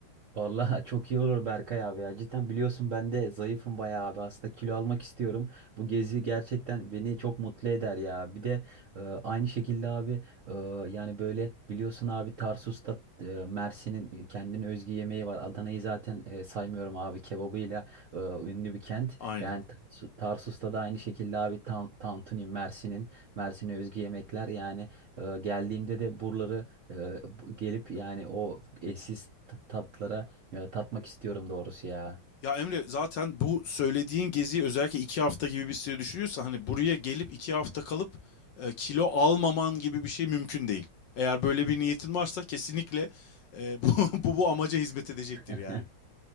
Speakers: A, on the right (about 65°); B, on the left (about 70°).
A: Vallahi <laughs> çok iyi olur Berkay abi ya. Cidden biliyorsun ben de zayıfım bayağı abi. Aslında kilo almak istiyorum. Bu gezi gerçekten beni çok mutlu eder ya. Bir de e, aynı şekilde abi e, yani böyle biliyorsun abi Tarsus'ta e, Mersin'in kendine özgü yemeği var. Adana'yı zaten e, saymıyorum abi kebabıyla e, ünlü bir kent.
B: Aynen.
A: Yani Tarsu- Tarsus'ta da aynı şekilde abi tan tantuni Mersin'in Mersin'e özgü yemekler. Yani e, geldiğimde de buraları e, bu- gelip yani o eşsiz ta- tatlara ya tatmak istiyorum doğrusu ya.
B: Ya Emre zaten bu söylediğin geziyi özellikle iki hafta gibi bir süre düşünüyorsa hani buraya gelip iki hafta kalıp e, kilo almaman gibi bir şey mümkün değil. Eğer böyle bir niyetin varsa kesinlikle e, <laughs> bu, bu bu amaca hizmet edecektir
A: <laughs>
B: yani.